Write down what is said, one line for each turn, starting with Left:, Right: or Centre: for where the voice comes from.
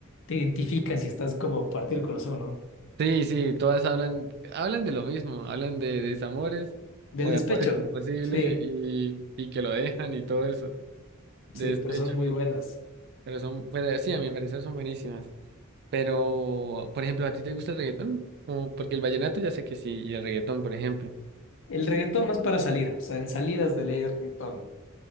Left: te identifican si estás como partido el corazón, ¿no?
Right: Sí, sí, todas hablan, hablan de lo mismo, hablan de desamores
Left: Del
Right: o de
Left: despecho,
Right: amores <laughs> imposibles
Left: sí,
Right: y, y que lo dejan y todo eso, de
Left: sí,
Right: despecho,
Left: pero son muy
Right: sí.
Left: buenas.
Right: Pero son, pero sí, a mi parecer son buenísimas. Pero, por ejemplo, ¿a ti te gusta el reggaetón? O porque el vallenato ya sé que sí, y el reggaetón, por ejemplo.
Left: El reggaetón más para salir, o sea, en salidas de ley de reggaetón.